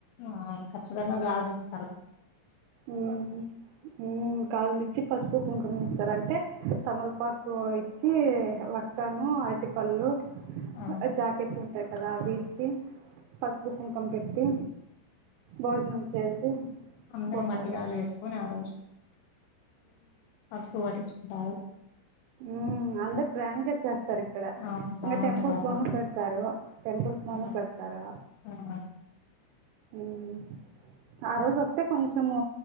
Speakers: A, on the left; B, on the right.
A: ఆ ఖచ్చితంగా గాలి ఇస్
B: ఉమ్ ఉమ్ గాజులు ఇచ్చి పసుపు కుంకుమా ఇచ్చి స్తారంటే తమలపాకు ఇచ్చి వక్కను అరటి పళ్ళు
A: అవును
B: జాకెట్స్ ఉంటాయి కదా అవి ఇచ్చి పసుపు కుంకుమా పెట్టి భోజనం చేసి
A: అందరు
B: పోతారు
A: మట్టిగాలు వేసుకొని ఆ రోజు పసుపు పట్టించుకుంటారు
B: ఉమ్ అందరు బ్రాండ్గా చేస్తారు ఇక్కడ
A: అవును
B: ఇంకా
A: బావుంటది
B: టెంపుల్స్
A: ఆ
B: లోనూ
A: రోజు.
B: పెడతారు టెంపుల్స్
A: హ్మ్.
B: లోనూ పెడతారు
A: ఆ!
B: ఉమ్ ఆ రోజు ఒక్కటే కొంచము